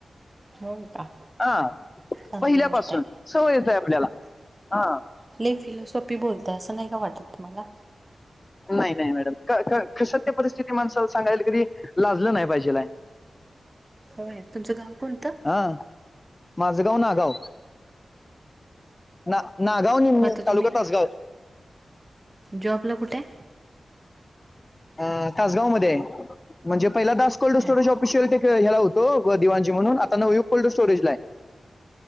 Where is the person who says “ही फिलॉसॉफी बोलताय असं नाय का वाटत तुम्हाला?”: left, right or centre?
Right